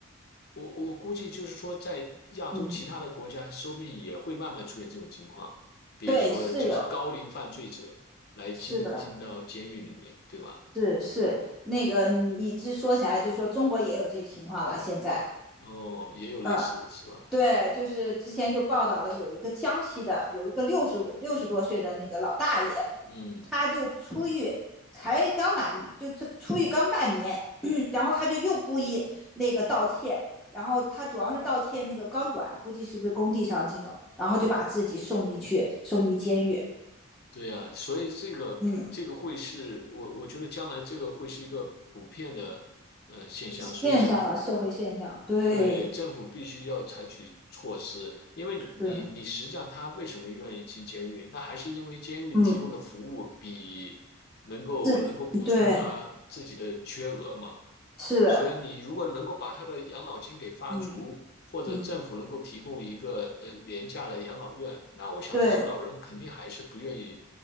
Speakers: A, on the left; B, in the centre.
A: 我我估计就是说，在亚洲其他的国家，
B: 嗯，
A: 说不定也会慢慢出现这种情况，比如说就是高龄犯罪者来进进到监狱里面，
B: 对，是有，是的，
A: 对吧？
B: 是是那个你这说起来就说中国也有这情况了，现在，
A: 哦，也有类似的是吧？
B: 嗯对，就是之前就报道了，有一个江西的，有一个六十六十多岁的那个老大爷，
A: 嗯
B: 他就出狱，才刚满就这出狱刚半年，然后他就又故意那个盗窃，然后他主要是盗窃那个钢管，估计是不是工地上这种，
A: 嗯，
B: 然后就把自己送进去，送进监狱，
A: 对呀，所以这个这个会是我我觉得将来这个会是一个普遍的呃现象，
B: 嗯，
A: 所以政府
B: 现象了，社会现象，对，
A: 对政府必须要采取措施，因为你你实际上他为什么愿意进监狱，
B: 是，
A: 那还是因为监狱提供的服务比能够能够补充他自己的缺额嘛。
B: 嗯，是，对，是的，
A: 所以你如果能够把他的养老金给发足，
B: 嗯
A: 或者政府能够提供一个呃廉价的养老院，
B: 嗯，
A: 那我想这些老人肯定还是不愿意
B: 对，